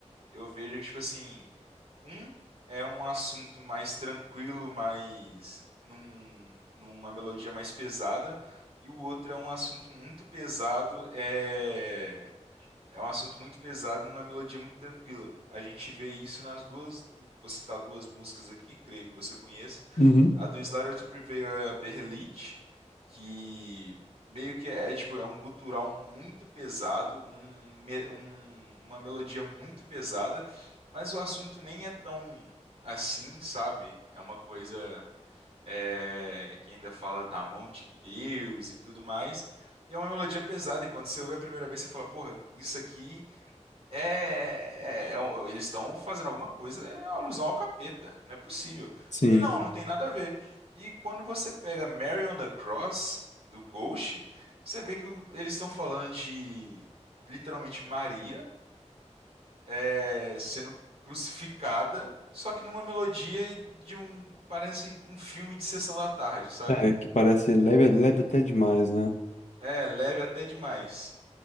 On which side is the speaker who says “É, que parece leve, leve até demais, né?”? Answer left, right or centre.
Left